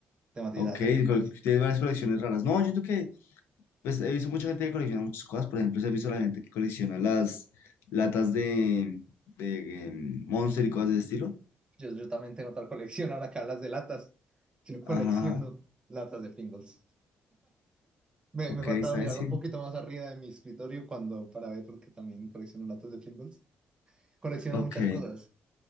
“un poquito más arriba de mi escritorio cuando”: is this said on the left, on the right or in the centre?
Right